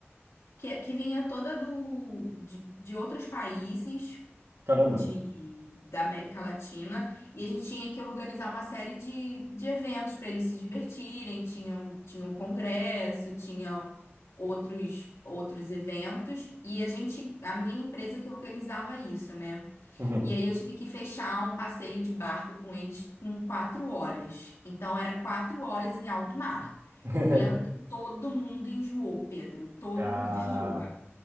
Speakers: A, on the left; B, on the right.
A: que, que vinha toda do de, de outros países
B: Caramba.
A: de da América Latina e a gente tinha que organizar uma série de, de eventos para eles se divertirem. Tinham tinha o congresso, tinha outros outros eventos e a gente a minha empresa que organizava isso, né?
B: Uhum.
A: E aí eu tive que fechar um passeio de barco com eles com quatro horas. Então era quatro horas em alto mar.
B: <laughs>
A: Eu lembro que todo mundo enjoou, Pedro. Todo
B: Ah.
A: mundo <laughs> enjoou.